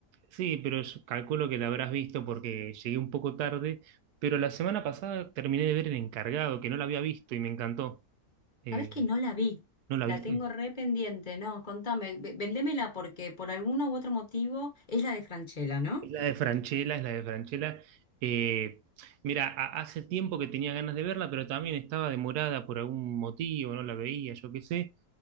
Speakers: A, on the right; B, on the left.
A: sí, pero yo calculo que la habrás visto porque llegué un poco tarde, pero la semana pasada terminé de ver El Encargado, que no la había visto y me encantó. Eh,
B: Sabes que no la vi,
A: ¿no la
B: la
A: viste?
B: tengo re pendiente, no, contame, ve- vendémela porque por alguno u otro motivo es la de Franchella, ¿no?
A: Es la de Franchella, es la de Franchella. Eh, mira, ha- hace tiempo que tenía ganas de verla, pero también estaba demorada por algún motivo, no la veía, yo qué sé.